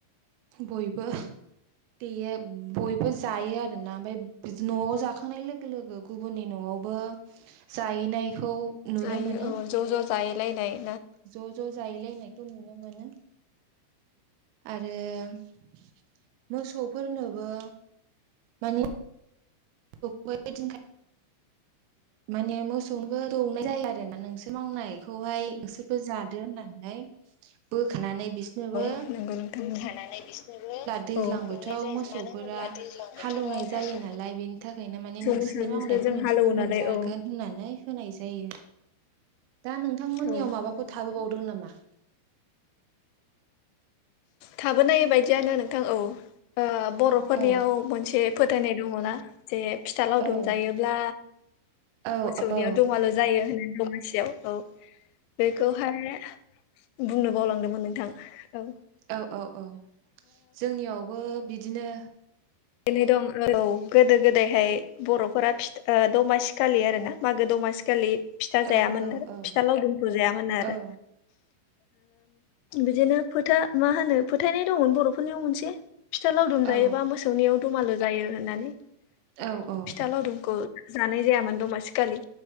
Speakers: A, on the right; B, on the left.
A: बयबो देयो बयबो जायो आरोना ओमफफ्राय न'आव जाखांनाय लोगो लोगो गुबुननि न'आव यावबो जाहैनायखौ नुनो
B: जायो
A: मोनो
B: औ ज' ज' जाय लायनाय
A: ज' ज' जाहैलायनायखौ नुनो मोनो आरो आरो मोसौफोरनोबो माने दौबायदिख माने मोसौनोबो दौनाय जायो आरो आरोना नोंसोर मावनायखौहाय नोंसोरबो जादो होननानै बोखानानै बिसनोबो
B: नोंगौ ओंखामनि थानानै बिसोरबो औ
A: दैज्लां
B: एवनाय
A: बोथोराव
B: जायो
A: मोसौफोरा
B: मानो होनोब्ला दैज्लां बोथोराव
A: हालौवनाय जायो
B: मोसौ
A: नालाय बेनि थाखायनो माने नोंसोरनि
B: मोसाजोंसो
A: मावनायखौ
B: जों
A: नोंसोरबो
B: हालेवो
A: मोनजागोन
B: नालाय औ
A: होननानै होनाय जायो दा नोंथांमोननियाव
B: औ
A: माबाफोर
B: नंगौ
A: थाबोबावदों
B: नोंथां
A: नामा
B: थाबोनाय बायदियानो नोंथां औ ओ बर'फोरनियाव
A: औ
B: मोनसे फोथायनाय दङना जे फिथा लावदुम
A: औ
B: जायोब्ला
A: औ
B: मोसौनियाव
A: औ
B: दुमाल' जायो होनो दमासियाव औ बेखौहाय बुंनो बावलांदोंमोन नोंथां औ
A: औ औ औ जोंनियावबो बिदिनो
B: बेनो दं औ गोदो गोदायहाय बर'फोरा दमासि खालि आरोना मागो द दमासिखालि फिथा जायामोन
A: औ औ
B: आरो
A: औ
B: फिथा लावदुमखौ जायामोन आरो
A: औ
B: बिदिनो फोथा मा होनो फोथायनाय दंमोन बरफोरनियाव मोनसे फिथा लाव दुमजायोबा
A: औ
B: मोसौनियाव दमालु जायो होननानै ओंखायनो
A: औ
B: फिथा लावदुमखौ जानाय जायामोन दमासिखालि